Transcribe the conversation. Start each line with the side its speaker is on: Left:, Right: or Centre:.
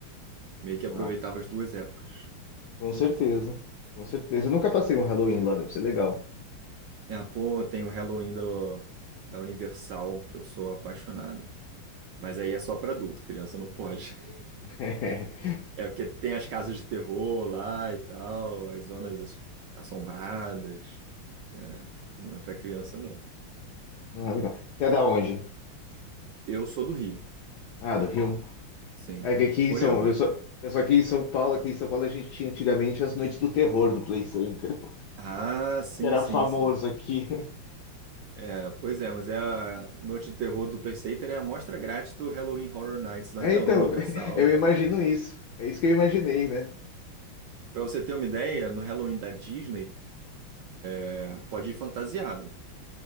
Right: meio que
Left: Ah,
Right: aproveitava as duas épocas.
Left: com certeza. Com certeza. Eu nunca passei um Halloween lá, deve ser legal.
Right: Ah, pô, tem o Halloween do, da Universal, que eu sou apaixonado. Mas aí é só pra adulto, criança não pode. <laughs>
Left: <laughs>
Right: É porque tem as casas de terror lá e tal, as zonas as- assombradas. né? não é pra criança, não.
Left: Ah, legal. Até da onde?
Right: Eu sou do Rio,
Left: Ah, do Rio.
Right: sim.
Left: É que aqui em
Right: Morei
Left: São...
Right: algum.
Left: Eu só... eu sou aqui em São Paulo, aqui em São Paulo a gente tinha antigamente as noites do terror do Play Center,
Right: Ah,
Left: <laughs>
Right: sim,
Left: que era
Right: sim,
Left: famoso
Right: sim.
Left: aqui.
Right: É, pois é, mas é a Noite do Terror do Playstater é a amostra grátis do Halloween Horror Nights lá
Left: É,
Right: da
Left: então,
Right: Universal.
Left: <laughs> eu imagino
Right: <laughs>
Left: isso. É isso que eu imaginei, né?
Right: Pra você ter uma ideia, no Halloween da Disney, É, pode ir fantasiado,